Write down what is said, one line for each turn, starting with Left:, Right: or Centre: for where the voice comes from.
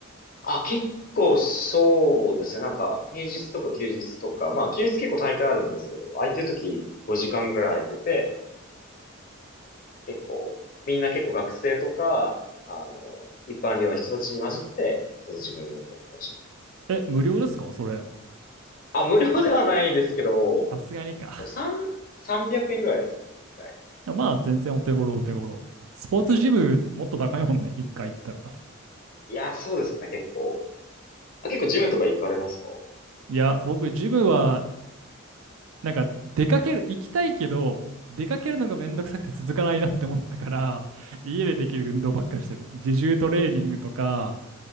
Left: あ、結構そうですね。なんか、平日とか休日とか、まあ、休日結構大会あるんですけど、空いてる時5時間ぐらい空いてて、結構、みんな結構学生とか、あの、一般寮の人たちに混じって、それで自分もよくやったりします。
Right: え、無料ですかそれ。
Left: あ、無料ではないですけど、
Right: さすがにか。
Left: でも3、0 0円ぐらいですね。一回。
Right: いや、まあ、全然お手頃、お手頃。スポーツジム、
Left: お手頃に。
Right: もっと高いもんね、一回行ったら。
Left: いや、そうですね。結構。あ、結構ジムとか行かれますか
Right: いや、僕、ジムは、なんか、出かける、行きたいけど、出かけるのがめんどくさくて続かないなって思ったから、家でできる運動ばっかりしてる。
Left: う
Right: 自重トレーニングとか、